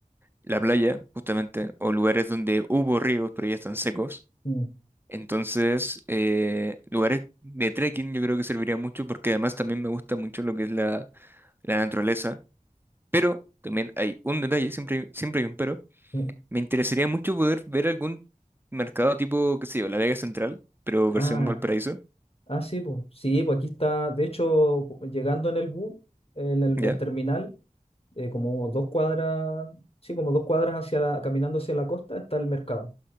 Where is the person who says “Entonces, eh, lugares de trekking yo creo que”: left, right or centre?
Right